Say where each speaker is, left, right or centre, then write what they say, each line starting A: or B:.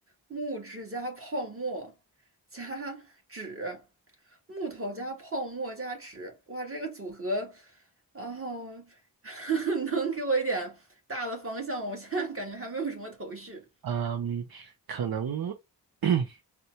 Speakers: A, on the right; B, on the right.
A: 木质加泡沫加纸，木头加泡沫加纸，哇，这个组合，然后 <laughs> 能给我一点大的方向吗？我现在感觉还没有什么头绪。
B: 嗯，可能，<clears throat>